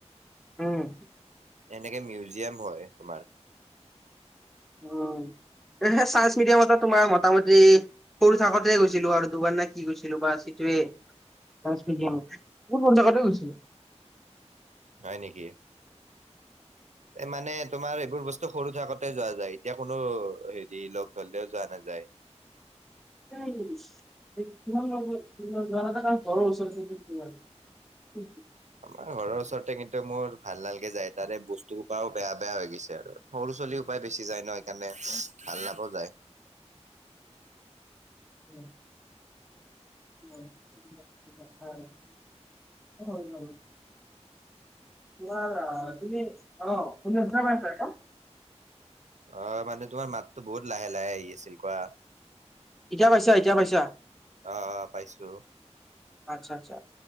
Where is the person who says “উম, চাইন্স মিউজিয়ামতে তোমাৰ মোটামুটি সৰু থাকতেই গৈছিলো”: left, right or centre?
Centre